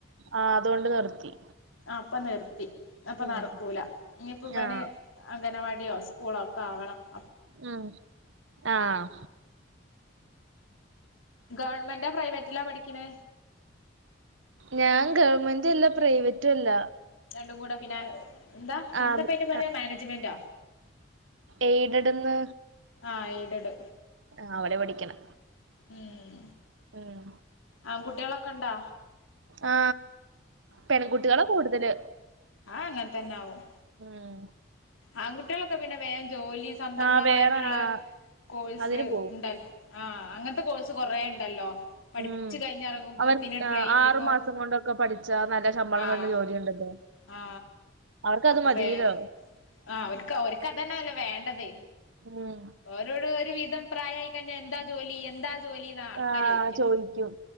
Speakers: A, on the right; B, on the left.
A: ആഹ് അതോണ്ട് നിർത്തി.
B: ആഹ് ഇപ്പ നിർത്തി അപ്പ
A: ഉം
B: നടക്കൂല ഇനിപ്പം ഇവന്
A: ആഹ്
B: അംഗനവാട്യോ സ്കൂ. <unintelligible>
A: മ് ആഹ്.
B: ഗവൺമെന്റാ പ്രൈവറ്റിലാ പഠിക്ക്‌ ണ്.
A: ഞാൻ ഗവൺമെന്റും അല്ല പ്രൈവറ്റും അല്ല.
B: രണ്ടും കൂടെ പിന്നെ. എന്താ എന്താപ്പം
A: ആഹ്
B: അയിന് പറയാ മാനേജ്മെന്റോ.
A: എയ്ഡഡ്ന്ന്
B: ആ ഏഴ്ടട്.
A: ആ അവിടെ പഠിക്ക്‌ണ്.
B: ഉം
A: ഉം
B: ആകുട്ടികളൊക്കെ ഉണ്ടോ?
A: ആ പെൺകുട്ടികളാ കൂടുതല്.
B: ആ അങ്ങൻ തന്നെ ആവും
A: ഉം
B: ആൺകുട്ടികളൊക്കെ പിന്നെ വേഗം ജോലി. സംബന്ധമായിട്ടുള്ള
A: ആഹ് വേറെ ആഹ്
B: കോഴ്സ്
A: അതിന് പോവും
B: ഇണ്ടല്ലോ? ആ അങ്ങനത്തെ കോഴ്സ് കൊറേ ഇണ്ടല്ലോ? പഠിച്ചു
A: ഉം
B: കഴിഞ്ഞറങ്ങുമ്പോത്തിന്.
A: അവർ ആഹ്
B: ട്രെയിനിങ്ങും
A: ആറു മാസം കൊണ്ടൊക്കെ പഠിച്ചാ നല്ല ശമ്പളം
B: ആഹ്
A: കിട്ടുന്ന ജോലിയുണ്ടല്ലോ
B: ആ
A: അവർക്കത്
B: അപ്പൊ
A: മതിലോ
B: വേ ആ അവർക്ക് ഓര്ക്ക് അതന്നല്ലേ വേണ്ടത്.
A: ഉം
B: ഓരോട് ഒരു വിധം. പ്രായായി കഴിഞ്ഞ എന്താ ജോലി എന്താ ജോലി. ആൾക്കാര്
A: ആഹ്
B: ചോയ്ക്ക
A: ചോദിക്കും